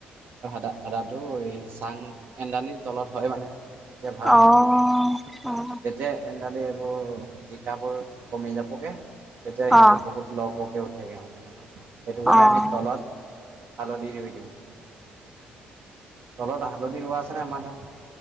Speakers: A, on the right; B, in the centre.
A: দা আদাটো এই চাং শেনদাডালিৰ তলত হয় মানে তেতিয়া ভাল
B: অ',
A: হয়। সিহঁতে
B: অ',
A: যেতিয়া শেনডালি এইবোৰ জিকাবোৰ। কমি যাবগে তেতিয়া
B: অ',
A: সিহঁতে বহুত ল পকে উঠেগে সিহঁত তেনেকুৱা সেইটো
B: অ',
A: কাৰণে আমি তলত হালধি ৰুই দিওঁ তলত হালধি ৰোৱা আছে নে আমাৰ তাত